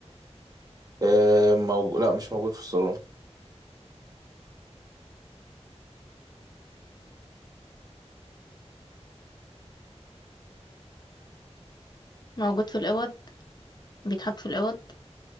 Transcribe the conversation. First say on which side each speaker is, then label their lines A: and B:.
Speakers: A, on the right (about 30°); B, on the left (about 35°).
A: إيه، موجود لا مش موجود في الصالون
B: موجود في الأوض بيتحط في الأوض